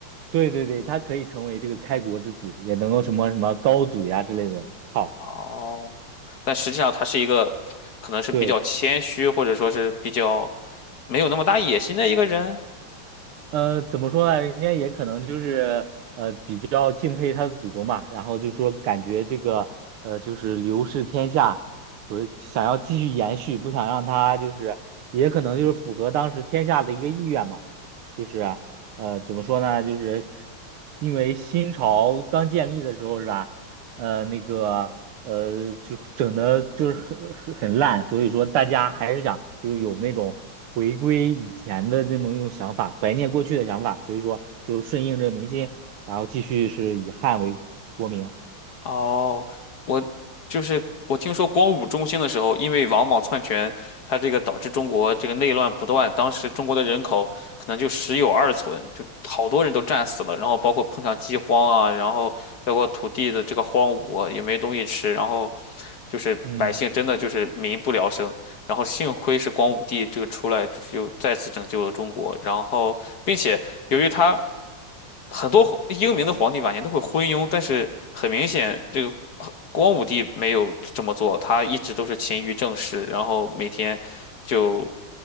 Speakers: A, on the right; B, on the left.
A: 对对对，他可以成为这个开国之祖，也能够什么什么高祖呀之类的。好，
B: 哦，但实际上他是一个，可能是比较谦虚，
A: 对，
B: 或者说是比较。没有那么大野心的一个人。
A: 呃，怎么说呢？人家也可能就是呃比较敬佩他的祖宗嘛，然后就说感觉这个呃就是刘氏天下，所以想要继续延续，不想让他就是也可能就是符合当时天下的一个意愿嘛，就是啊呃怎么说呢？就是因为新朝刚建立的时候是吧？呃，那个呃，就整的就是很很很烂，所以说大家还是想就是有那种回归以前的那么一种想法，怀念过去的想法，所以说就顺应这个民心，然后继续是以汉为国名。
B: 哦，我就是我听说光武中兴的时候，因为王莽篡权，他这个导致中国这个内乱不断，当时中国的人口可能就十有二存，就好多人都战死了，然后包括碰上饥荒啊，然后包括土地的这个荒芜也没东西吃，然后就是百姓真的就是民不聊生，
A: 嗯，
B: 然后幸亏是光武帝这个出来，就是又再次拯救了中国，然后并且由于他。很多英明的皇帝晚年都会昏庸，但是很明显，这个光武帝没有这么做，他一直都是勤于政事，然后每天就